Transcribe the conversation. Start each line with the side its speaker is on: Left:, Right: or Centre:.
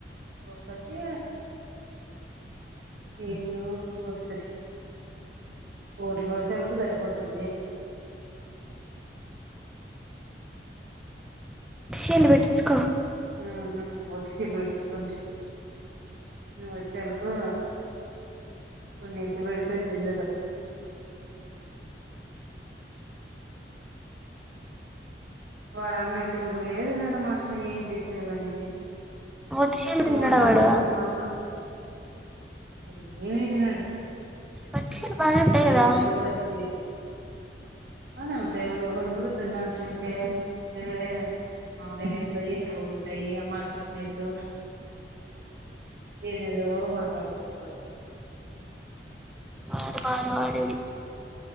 Right: ఒక ఒకటిే ఎన్న వస్త <inaudible> ప్ర కోశాలకు సరిపోతుంది
Centre: చేలు పెట్టిచ్చుకో
Right: హ ఒట్సి నడిస్క వచ్చలకు పన్నిసిబడితే తిందరు వాడు అన్నతే ఊరువేతినడమాటని ఏం జేసేదివన్నీ
Centre: ఒట్టి షీలు
Right: నువ్వన్నా
Centre: తిన్నాడా వాడు
Right: అంతంత మాత్రం వాడు ఏమి తినడు
Centre: ఒట్టి షీలు బాగానే
Right: ఓటిసేయాల్
Centre: ఉంటాయి కదా
Right: తినడు పచ్చి సేయల్ బానే ఉంటాయ్ వాడెవడు తినడు తింటే తినడే ఆ ఏంటిదో ఎంబాగుంటాయ్ ఆ మాటన్ స్మెలు ఏదేదో మాటడతాడు వాడు
Centre: అడ బాధవడది